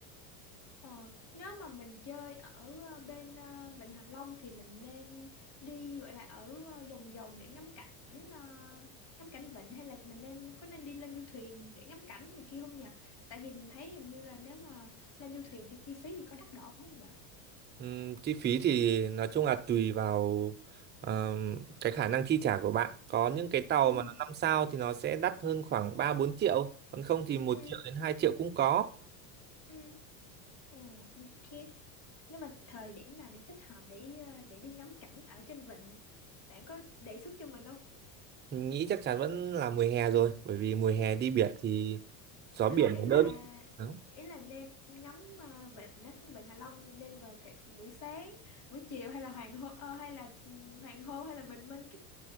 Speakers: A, on the left; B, on the right.
A: Ờ, nếu mà mình chơi ở ờ, bên ờ, Vịnh Hạ Long thì mình nên đi gọi là ở ờ, vòng vòng để ngắm cảnh ờ, ngắm cảnh vịnh hay là mình nên có nên đi lên du thuyền để ngắm cảnh này kia không nhỉ? Tại vì mình thấy hình như là nếu mà lên du thuyền cái chi phí thì có đắt đỏ không nhỉ?
B: Ừm, chi phí thì nói chung là tùy vào ờm, cái khả năng chi trả của bạn. Có những cái tàu
A: Ừ,
B: mà nó 5 sao thì nó sẽ đắt hơn khoảng ba bốn triệu, còn không thì một
A: ừ,
B: triệu đến 2 triệu cũng có.
A: ừ. Ồ, ok. Nếu mà thời điểm nào để thích hợp để ờ, để đi ngắm cảnh ở trên vịnh nhỉ? Bạn có đề xuất cho mình không?
B: Mình nghĩ chắc chắn vẫn là mùa hè rồi, bởi vì mùa hè đi biển thì gió biển
A: không ý
B: nó
A: là
B: đỡ bị nắng.
A: ý là nên ngắm ờ, vịnh á vịnh Hạ Long nên vào cái buổi sáng buổi chiều hay là hoàng hôn ờ, hay là ừ, hoàng hôn hay là bình minh cái